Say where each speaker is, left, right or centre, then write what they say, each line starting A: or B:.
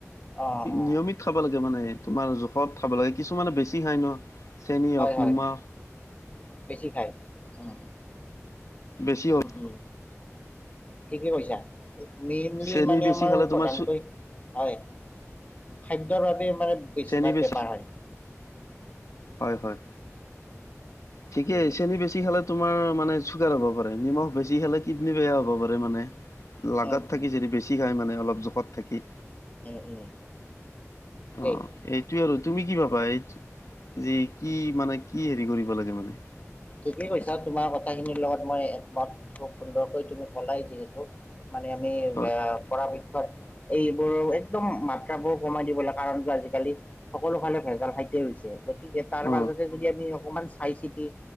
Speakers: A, on the left; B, on the left.
A: অ অ
B: নিয়মিত খাব লাগে মানে তোমাৰ জোখত খাব লাগে কিছুমানে বেছি খাই ন চেনি
A: হয়
B: অনমা
A: হয় বেছি খাই উম,
B: বেছি হ'ল
A: উম, উম, ঠিকেই কৈছা। মেইনলি
B: চেনি
A: মানে
B: বেছি
A: আমাৰ
B: খালে তোমাৰ
A: প্ৰধানকৈ
B: চু
A: হয়, খাদ্যৰ বাবে মানে বেছিভাগ
B: চেনি বেছি
A: বেমাৰ হয়।
B: হয়, হয়, ঠিকে
A: উম
B: চেনি বেছি খালে তোমাৰ মানে চুগাৰ হ'ব পাৰে নিমখ বেছি খালে কিডনী বেয়া হ'ব পাৰে মানে লাগাত
A: উম
B: থাকি
A: উম
B: যদি বেছি খাই মানে অলপ জোখত থাকি।
A: উম, উম, ঠিকেই
B: অ', এইটোয়ে আৰু। তুমি কি ভাবা এই যে কি মানে কি হেৰি কৰিব লাগে মানে?
A: ঠিকেই কৈছা তোমাৰ কথাখিনিৰ লগত মই একমত খুব সুন্দৰকৈ তুমি কলাই যিহেতু। মানে আমি এ
B: হয়
A: পৰাপক্ষত এইবোৰ একদম মাত্ৰা বোৰ কমাই দিবলৈ কাৰণ কি আজিকালি সকলো ফালে ভেজাল খাদ্যয় হৈছে গতিকে এতিয়া তাৰ
B: অ
A: মাজতে যদি আমি অকমান চাই চিটি।